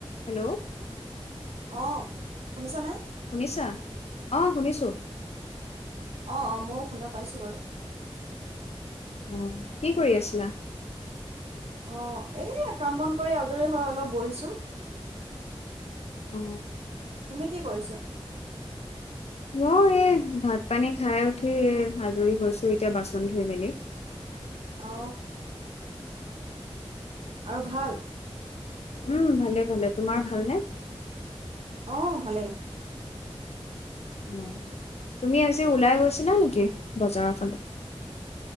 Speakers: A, on the left (about 80°); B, on the right (about 70°).
A: হেল্ল'
B: অ শুনিছনে?
A: শুনিছা? অ শুনিছোঁ
B: অ অ ময়ো শুনা পাইছোঁ বাৰু
A: অ কি কৰি আছিলা?
B: অ এই কাম বন কৰি আজৰি হৈ অলপ বহিছোঁ।
A: অ
B: তুমি কি কৰিছা?
A: মই এই ভাত পানী খাই উঠি আাজৰি হৈছোঁ এতিয়া বাচন ধুই মেলি
B: অ অ আৰু ভাল?
A: উম ভালে ভালে, তোমাৰ ভালনে?
B: অ ভালেই।
A: অ তুমি আজি ওলাই গৈছিলা নেকি বজাৰৰ ফালে